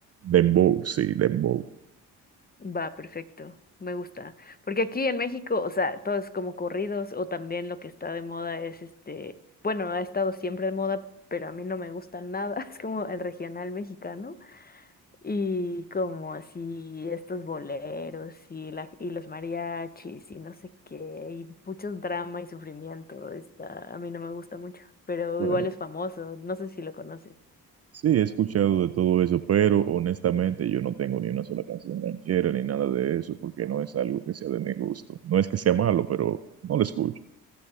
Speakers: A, on the right (about 35°); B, on the left (about 20°).
A: Dembow, sí, Dembow.
B: Va, perfecto, me gusta. Porque aquí en México, o sea, todo es como corridos o también lo que está de moda es este, bueno, ha estado siempre de moda, pero a mí no me gusta nada, <laughs> es como el regional mexicano. Y como así estos boleros y, la, y los mariachis y no sé qué, y muchos drama y sufrimiento, está, a mí no me gusta mucho, pero
A: Bueno.
B: igual es famoso, no sé si lo conoces.
A: Sí, he escuchado de todo eso, pero honestamente yo no tengo ni una sola canción ranchera ni nada de eso, porque no es algo que sea de mi gusto. No es que sea malo, pero no lo escucho.